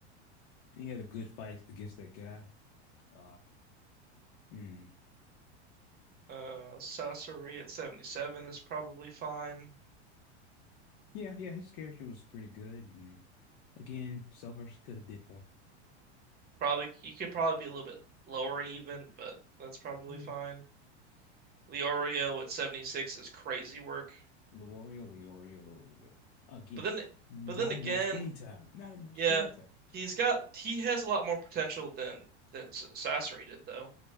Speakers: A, on the left; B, on the right.
A: he had a good fight against that guy. Uh hmm.
B: Uh, Sasori at 77 is probably fine.
A: Yeah, yeah, his character was pretty good. And again, Suffers could have did more.
B: Probably he could probably be a little bit lower even, but that's probably
A: Yeah.
B: fine. Leorio at 76 is crazy work.
A: Leorio, Leorio, Leorio. Again,
B: But then
A: not
B: but then again,
A: enough screen time. Not enough
B: yeah,
A: screen time.
B: he's got he has a lot more potential than than S- Sasori did though,